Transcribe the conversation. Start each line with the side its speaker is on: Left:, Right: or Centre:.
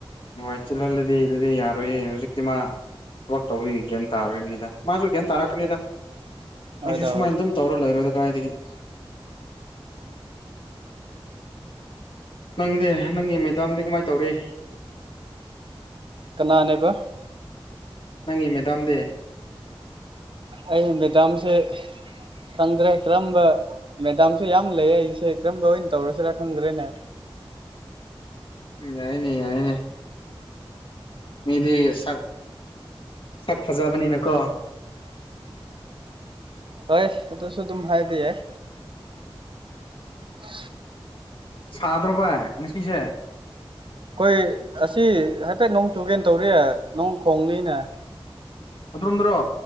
Left: ꯋꯥꯏ ꯆꯤꯜꯍꯜꯂꯗꯤ ꯑꯗꯨꯗꯤ ꯌꯥꯔꯣꯏꯌꯦ ꯍꯧꯖꯤꯛꯇꯤ ꯃꯥ ꯋꯥꯛ ꯇꯧꯕꯤ ꯒ꯭ꯌꯥꯟ ꯇꯥꯕꯝꯅꯤꯗ ꯃꯥꯁꯨ ꯒ꯭ꯌꯥꯟ ꯇꯥꯔꯛꯀꯅꯤꯗ
Right: ꯍꯣꯏꯗ
Left: ꯑꯩꯁꯦ ꯁꯨꯃꯥꯏꯅ
Right: ꯍꯣꯏꯗ
Left: ꯑꯗꯨꯝ ꯇꯧꯔ ꯂꯩꯔꯣꯏꯗ ꯀꯗꯥꯥꯏꯗꯒꯤ ꯅꯪꯗꯤ ꯅꯪꯒꯤ ꯃꯦꯗꯥꯝꯗꯤ ꯀꯃꯥꯏꯅ ꯇꯧꯔꯤ
Right: ꯀꯅꯥꯅꯦꯕ
Left: ꯅꯪꯒꯤ ꯃꯦꯗꯥꯝꯗꯤ
Right: ꯑꯩꯒꯤ ꯃꯦꯗꯥꯝꯁꯦ ꯈꯪꯗ꯭ꯔꯦ ꯀꯔꯝꯕ ꯃꯦꯗꯥꯝꯁꯨꯦ ꯌꯥꯝ ꯂꯩ ꯑꯩꯁꯦ ꯀꯔꯝꯕ ꯑꯣꯏꯅ ꯇꯧꯔꯁꯤꯔꯥ ꯈꯪꯗ꯭ꯔꯦꯅꯦ
Left: ꯎ ꯌꯥꯏꯅꯦ ꯌꯥꯏꯅꯦ ꯃꯤꯗꯤ ꯁꯛ ꯁꯛ ꯐꯖꯕꯅꯤꯅꯀꯣ
Right: ꯍꯣꯏ ꯁꯤꯁꯨ ꯑꯗꯨꯝ ꯍꯥꯏꯗꯤ ꯌꯥꯏ ꯑ
Left: ꯁꯥꯗ꯭ꯔꯣ ꯚꯥꯏ ꯉꯁꯤꯁꯦ
Right: ꯑꯩꯈꯣꯏ ꯑꯁꯤ ꯍꯥꯏꯐꯦꯠ ꯅꯣꯡ ꯆꯨꯒꯦ ꯇꯧꯔꯤ ꯅꯣꯡ ꯈꯣꯡꯅꯤꯅꯦ
Left: ꯑꯗꯨꯠꯇꯣꯝꯗ꯭ꯔꯣ